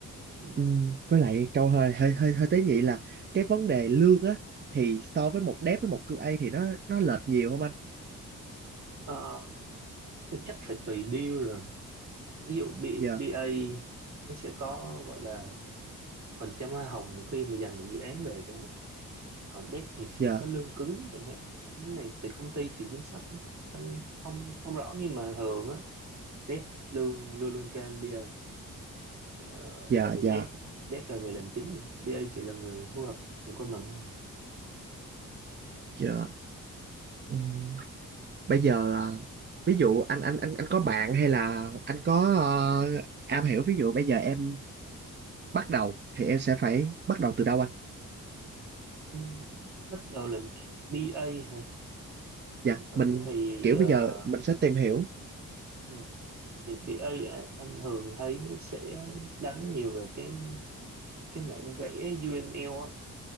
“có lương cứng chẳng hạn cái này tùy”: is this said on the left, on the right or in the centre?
Right